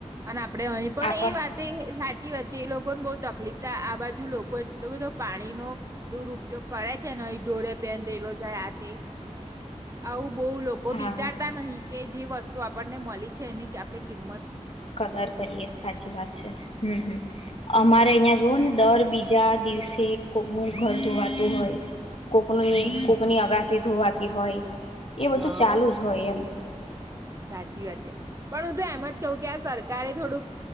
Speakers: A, on the right; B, on the left.
A: અને આ પડે અહીં પણ
B: આપણ
A: એ વાત સાચી વાત છે એ લોકોને બઉ તકલીફ આ બા જુ લોકો એટલો બધો પાણીનો દુરઉપયોગ કરે છે ને ઢોરે પેન રેલો જાય આ તે આવું બહુ લોકો
B: હા
A: વિચારતા નહી કે જે વસ્તુ આપ પણને મલી છ છે એની કાપડે કિંમત
B: કદર કરીએ સાચી વાત છે હમ હમ અમારે અહિયાં જોવો ને દર બીજા દિવસે કોકનું ઘર ધોવાતું હોય. કોકની
A: હમ્મ,
B: કોકની અગાસી ધુવાતી હોય એ બધું
A: હા.
B: ચાલુ જ હોય એમ
A: સાચી વાત છે પણ હું તો એમ જ કવું કે આ સરકારે થોડુંક